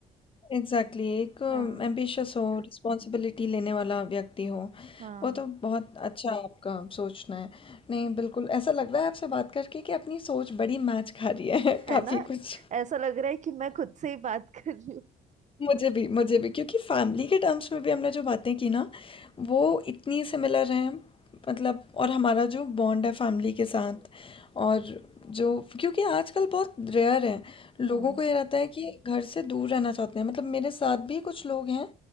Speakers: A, on the left; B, on the right.
A: एग्ज़ैक्टली एक
B: हाँ
A: एम्बिशियस हो, रिस्पॉन्सिबिलिटी लेने वाला व्यक्ति हो,
B: हाँ
A: वो तो बहुत अच्छा आपका सोचना है। नहीं बिल्कुल, ऐसा लग रहा है आपसे बात करके कि अपनी सोच बड़ी मैच खा रही है <laughs>
B: है
A: काफ़ी
B: ना
A: कुछ।
B: ऐसा लग रहा है कि मैं खुद से ही बात कर रही हूँ
A: मुझे भी मुझे भी क्योंकि फैमिली के टर्म्स में भी हमने जो बातें की ना वो इतनी सिमिलर हैं मतलब और हमारा जो बॉन्ड है फैमिली के साथ और जो क्योंकि आजकल बहुत रेयर है लोगों
B: हम्म
A: को ये रहता है कि घर से दूर रहना चाहते हैं मतलब मेरे साथ भी कुछ लोग हैं